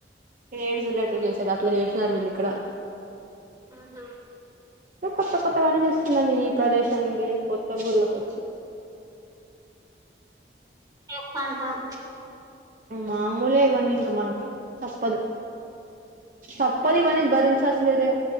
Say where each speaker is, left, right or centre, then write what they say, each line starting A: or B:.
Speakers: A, on the right; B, on the right.
A: నను ఏడు జుల్లు అట్లా చేసాది అట్లా చేసినన్నారు వీళ్ళు ఇక్కడ
B: అ హ
A: కొత్త కొత్తగానే చూస్తున్నాం ఈ ప్రదేశానికి కొత్త ఊళ్ళక వచ్చి
B: ఉ కొంతఅంతరం
A: మాముూలేవన్నీంక మనకి తప్పదు తప్పదు ఇవన్న భరించాల్స లేదే